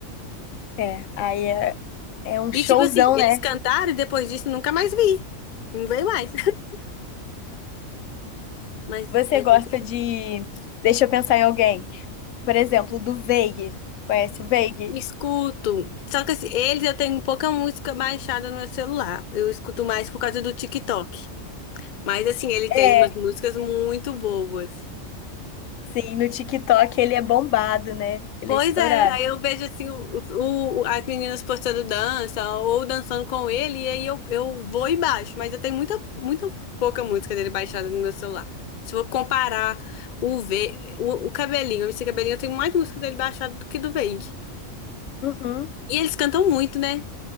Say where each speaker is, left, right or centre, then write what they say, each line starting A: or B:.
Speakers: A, on the left; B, on the left.
A: é, aí é, é um
B: E
A: showzão,
B: tipo assim, eles
A: né?
B: cantaram e depois disso nunca mais vi. Não veio mais. <laughs> Mas
A: Você
B: é
A: gosta
B: muito bom.
A: de. Deixa eu pensar em alguém. Por exemplo, do Veig. Conhece o Veig?
B: Escuto. Só que assim, eles eu tenho pouca música baixada no meu celular. Eu escuto mais por causa do TikTok. Mas assim, ele tem
A: É,
B: umas músicas muito boas.
A: sim, no TikTok ele é bombado, né? Ele
B: Pois
A: é estourado.
B: é, aí eu vejo assim o, o- o- as meninas postando dança ou dançando com ele, e aí eu, eu vou e baixo, mas eu tenho muita, muita pouca música dele baixada no meu celular. Se eu comparar o V, o, o Cabelinho, esse Cabelinho, eu tenho mais música dele baixada do que do Veig.
A: Uhum,
B: E eles cantam muito, né?